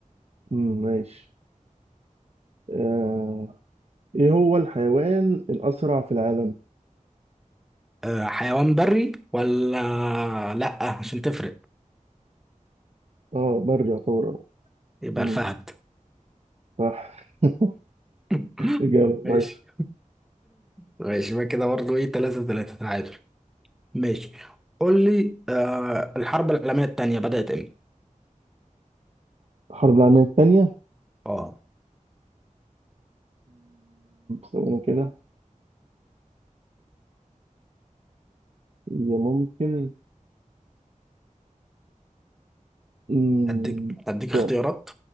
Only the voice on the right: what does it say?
مم، ماشي آه. ايه هو الحيوان الاسرع في العالم
اه بري يعتبر آه.
مم،
صح <laughs>
اجابه
صحيحه
الحرب العالميه الثانيه
ثواني كده هي ممكن مم،
طب